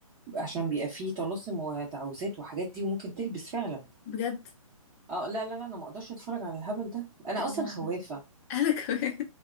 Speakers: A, on the right (about 20°); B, on the left (about 25°).
A: عشان بيبقى فيه طلاسم وتعويذات وحاجات دي وممكن تلبس فعلا
B: بجد
A: اه لا لا لا انا ما اقدرش اتفرج على الهبل ده انا
B: يا
A: اصلا
B: ماما
A: خوافه
B: <laughs> انا كمان